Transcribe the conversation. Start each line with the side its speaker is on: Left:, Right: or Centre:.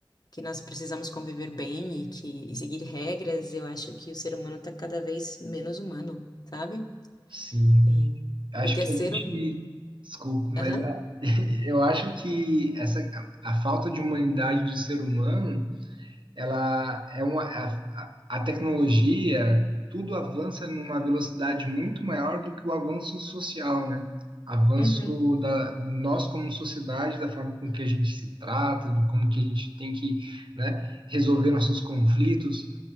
Left: que nós precisamos conviver bem e que e seguir regras, eu acho que o ser humano está cada vez menos humano, sabe?
Right: Sim.
Left: E-
Right: acho
Left: porque
Right: que
Left: é ser
Right: a gente.
Left: humano.
Right: Desculpa, mas
Left: Aham.
Right: a- <laughs> eu acho que essa, a, a falta de humanidade do ser humano ela é uma a, a a tecnologia, tudo avança numa velocidade muito maior do que o avanço social, né? Avanço
Left: Uhum.
Right: da nós como sociedade, da forma com que a gente se trata, de como que a gente tem que, né, resolver nossos conflitos.